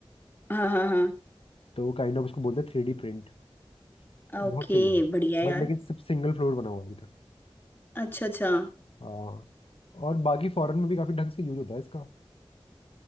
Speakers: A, on the left; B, on the left.
A: हाँ हाँ हाँ
B: तो वो काइंड ऑफ उसको बोलते हैं थ्री डी प्रिंट
A: हाँ,
B: तो
A: ओके
B: बहुत सही है
A: बढ़िया
B: बट
A: यार
B: लेकिन सिर्फ सिंगल फ्लोर बना हुआ है अभी तक
A: अच्छा अच्छा
B: हाँ और बाकी फॉरेन में भी काफी ढंग से यूज होता है इसका